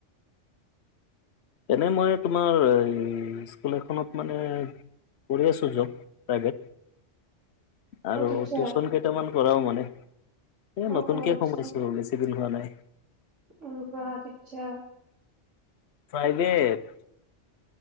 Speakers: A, on the left; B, on the right.
A: এনেই মই তোমাৰ স্কুল এখনত মানে কৰি আছো জব, প্ৰাইভেট
B: <inaudible>
A: আৰু
B: টিচাৰ
A: টিউচন কেইটামান কৰাও মানে। এ
B: অ
A: নতুনকে
B: অ আচ্ছা
A: সোমাইছো বেছি দিন হোৱা নাই।
B: অ বাঃ টিটচাৰ!
A: প্ৰাইভেট।